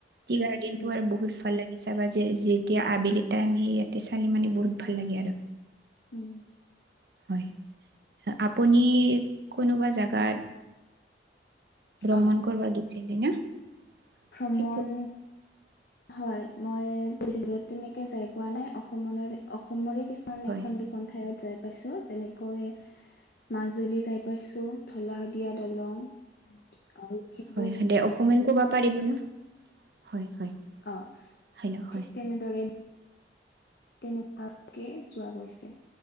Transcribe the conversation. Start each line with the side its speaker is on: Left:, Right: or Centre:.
Right: টি গাৰ্ডেন
Left: উম,
Right: তো আৰু বহুত ভাল লাগিছে বা যেতিয়া আবেলি টাইম সি ইয়াতে চালি মানি বহুত ভাল লাগে আৰু
Left: উম,
Right: হয় আপুনি কোনোবা জেগাত ভ্ৰমণ
Left: অ',
Right: কৰিব দিছিলি না <unintelligible>
Left: ভ্ৰমণ
Right: সেইটো
Left: হয় মইবহুত তেনেকে যাই পোৱা নাই অসমৰে অসমৰে <unintelligible> কিছুমান
Right: হয়
Left: এখন দুখন ঠাইত যাই পাইছোঁ যেনেকৈ মাজুলী যাই পাইছোঁ। ধলা শদিয়া দলং অ লখিমপুৰ
Right: হয় দে অকে ক <unintelligible> এইকেইদিন হয় হয় <unintelligible>
Left: অ
Right: হেল্ল' হয়
Left: ঠিক তেনেদৰে তেনেকুৱাকে চোৱা গৈছে